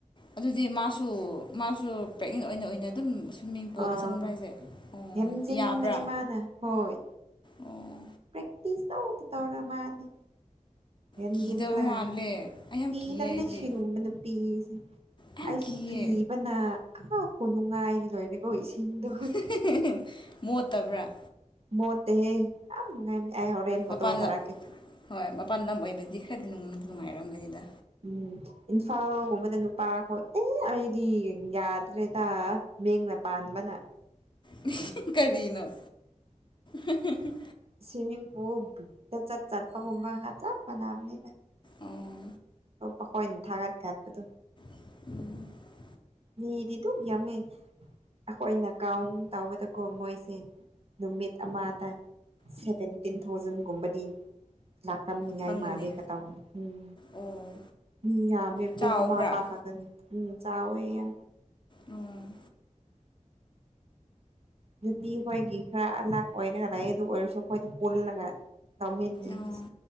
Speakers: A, on the left (about 35°); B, on the right (about 50°).
A: ꯑꯗꯨꯗꯤ ꯃꯥꯁꯨ ꯃꯥꯁꯨ ꯄ꯭ꯔꯦꯛꯅꯦꯟ ꯑꯣꯏꯅ ꯑꯣꯏꯅ ꯑꯗꯨꯝ ꯁ꯭ꯋꯤꯝꯃꯤꯡ ꯄꯣꯜꯗ
B: ꯑꯥ
A: ꯆꯪꯕ꯭ꯔꯥ ꯍꯥꯏꯁꯦ ꯑꯣ
B: ꯍꯦꯝꯖꯤꯟꯕꯅꯦ
A: ꯌꯥꯕ꯭ꯔꯥ
B: ꯃꯥꯅ ꯍꯣꯏ
A: ꯑꯣ
B: ꯄ꯭ꯔꯦꯛꯇꯤꯁ ꯇꯧꯗ ꯇꯧꯔꯥ ꯃꯥꯗꯤ ꯍꯦꯟꯖꯤꯜꯂꯦ
A: ꯀꯤꯗꯕ ꯃꯥꯜꯂꯦ ꯑꯩ ꯌꯥꯝ
B: ꯀꯤꯗꯝꯅꯤ
A: ꯀꯤꯌꯦ ꯑꯩꯗꯤ
B: ꯁꯤꯒꯨꯝꯕ ꯅꯨꯄꯤꯁꯦ
A: ꯌꯥꯝ
B: ꯑꯩꯁꯨ
A: ꯀꯤꯌꯦ
B: ꯀꯤꯕꯅ ꯑꯥ ꯈꯨꯅꯨꯡꯉꯥꯏꯗꯤ ꯂꯣꯏꯔꯦꯀꯣ ꯏꯁꯤꯡꯗꯣ
A: <unintelligible> ꯃꯣꯠꯇꯕ꯭ꯔꯥ
B: ꯃꯣꯠꯇꯦꯍꯦ ꯌꯥꯝ ꯅꯩꯝꯅꯦ ꯑꯩ ꯍꯣꯔꯦꯟ ꯐꯣꯇꯣ
A: ꯃꯄꯥꯟ
B: ꯊꯥꯔꯛꯀꯦ
A: ꯂꯝ ꯍꯣꯏ ꯃꯄꯥꯟ ꯂꯝ ꯑꯣꯏꯕꯗꯤ ꯈꯔꯗꯤ ꯅꯨꯡꯗꯤ ꯅꯨꯡꯉꯥꯏꯔꯝꯒꯅꯤꯗ
B: ꯎꯝ ꯏꯝꯐꯥꯜꯒꯨꯝꯕꯗ ꯅꯨꯄꯥꯈꯣ ꯑꯦ ꯑꯩꯗꯤ ꯌꯥꯗ꯭ꯔꯦꯗ ꯃꯤꯡꯅ ꯄꯥꯟꯕꯅ
A: <unintelligible> ꯀꯔꯤꯅꯣ <unintelligible>
B: ꯁꯤꯃꯤꯡ ꯄꯨꯜ <unintelligible> ꯆꯠꯄ <unintelligible> ꯆꯞ ꯃꯅꯥꯕꯅꯤ
A: ꯑꯣ
B: ꯃꯈꯣꯏꯅ ꯊꯥꯒꯠ ꯈꯠꯄꯗꯨ
A: ꯎꯝ
B: ꯃꯤꯗꯤꯗꯨ ꯅꯃꯦ ꯌꯥꯃꯦ ꯑꯩꯈꯣꯏꯅ ꯀꯥꯎꯅ ꯇꯧꯕꯗꯀꯣ ꯃꯣꯏꯁꯦ ꯅꯨꯃꯤꯠ ꯑꯃꯗ ꯁꯦꯚꯦꯟꯇꯤꯟ ꯊꯥꯎꯖꯟꯒꯨꯝꯕꯗꯤ ꯂꯥꯛꯇꯝꯅꯤꯉꯥꯏ
A: ꯐꯪꯒꯅꯤ
B: ꯃꯥꯂꯦ ꯀꯇꯥꯎꯒ ꯎꯝ
A: ꯑꯣ
B: ꯃꯤ ꯌꯥꯝꯃꯦ ꯄꯨꯡ
A: ꯆꯥꯎꯕ꯭ꯔꯥ
B: ꯑꯃ ꯑꯃꯈꯛ ꯎꯝ ꯆꯥꯎꯑꯣ ꯌꯥꯝ
A: ꯑꯣꯡ
B: ꯅꯨꯇꯤ ꯑꯩꯈꯣꯏꯒꯤ ꯈꯔ ꯑꯂꯥꯛ ꯑꯣꯏꯔꯒ ꯂꯩꯦ ꯑꯗꯨ ꯑꯣꯏꯔꯁꯨ ꯑꯩꯈꯣꯏꯗꯤ ꯄꯨꯜꯂꯒ ꯇꯃꯤꯜ ꯂꯩꯁ
A: ꯑꯣ